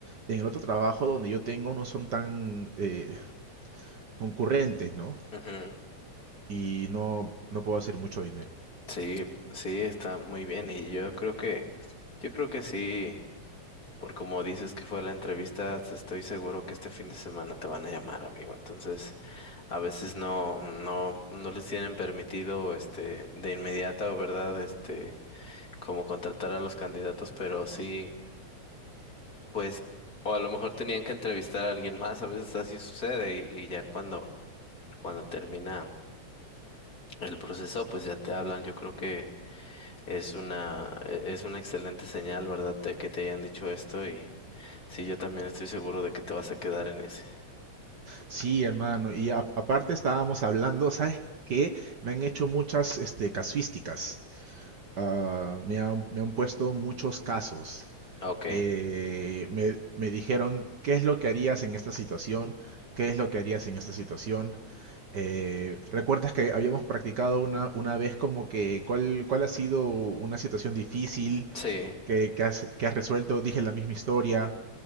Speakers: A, on the right; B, on the left.
A: en el otro trabajo donde yo tengo no son tan eh, concurrentes, ¿no?
B: Ujú.
A: Y no, no puedo hacer mucho dinero.
B: Sí, sí, está muy bien y yo creo que, yo creo que sí, por como dices que fue la entrevista, te estoy seguro que este fin de semana te van a llamar, amigo. Entonces, a veces no, no, no les tienen permitido, este, de inmediata, o verdad, este, como contratar a los candidatos, pero sí, pues, o a lo mejor tenían que entrevistar a alguien más, a veces así sucede y, y ya cuando, cuando termina el proceso, pues ya te hablan, yo creo que Es una, e- es una excelente señal, ¿verdad? Te- que te hayan dicho esto y sí, yo también estoy seguro de que te vas a quedar en ese.
A: Sí, hermano. Y a- aparte estábamos hablando, ¿sabes qué? Me han hecho muchas este, casuísticas. Ah, me han, me han puesto muchos casos.
B: Ok,
A: Eh, me, me dijeron, ¿qué es lo que harías en esta situación? ¿Qué es lo que harías en esta situación? Eh, ¿recuerdas que habíamos practicado una, una vez como que cuál, cuál ha sido una situación difícil
B: sí,
A: que, que has, que has resuelto? Dije la misma historia